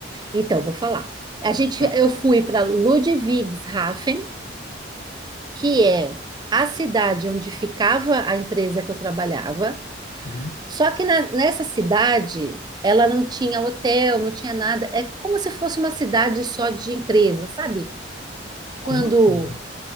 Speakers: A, on the right; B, on the left.
A: Então, vou falar. A gente,
B: Tá.
A: eu fui para Ludwigshafen, que é a cidade onde ficava a empresa que eu trabalhava.
B: Uhum.
A: Só que na- nessa cidade, ela não tinha hotel, não tinha nada. É como se fosse uma cidade só de empresa, sabe? Quando
B: Como assim?